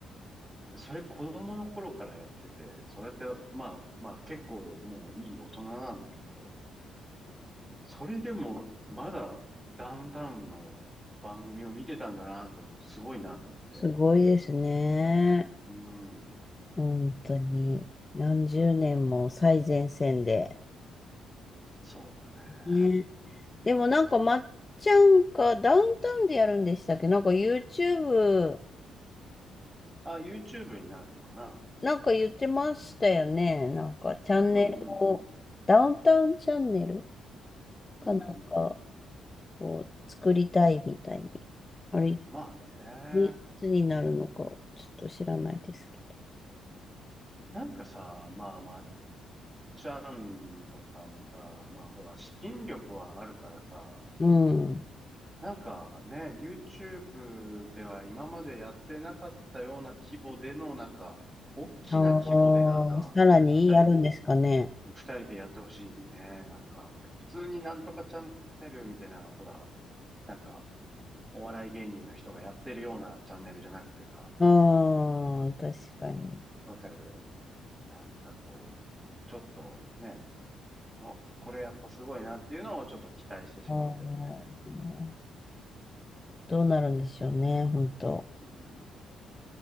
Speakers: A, on the right; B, on the left.
A: でそれ子供の頃からやってて、それって、まあ、まあ結構もういい大人なんだけど、それでもまだダウンタウンの番組を見てたんだなと思って、すごいなと思って。
B: すごいですね。
A: うん、
B: 本当に。何十年も最前線で。
A: そうだ
B: ね。
A: ね。
B: でもなんかまっちゃんかダウンタウンでやるんでしたっけなんか YouTube
A: あ、YouTube になるのかな
B: なんか言ってましたよね。なんかチャンネルを、
A: うんうんうん。
B: ダウンタウンチャンネルかなんか。
A: うんうんうん。
B: こう作りたいみたいに。あれ、ね
A: まあね。
B: いつになるのか、ちょっと知らないですけ
A: なんかさ、まあ、まっちゃんとかもさ、まあほら、資金力はあるからさ、
B: ど。うん。
A: なんかね、YouTube では今までやってなかったような規模での、なんか、大きな規模でなんか、
B: ああ、さらにやるんですかね。
A: 二人で、二人でやってほしいね。なんか、普通になんとかチャンネルみたいな、ほら、なんか、お笑い芸人の人がやってるようなチャンネルじゃなくてさ、
B: うーん、確かに。
A: わかるなんかこう、ちょっとね、あ、これやっぱすごいなっていうのをちょっと期待してしまうけどね。
B: あーどうなるんでしょうね、本当。
A: うん。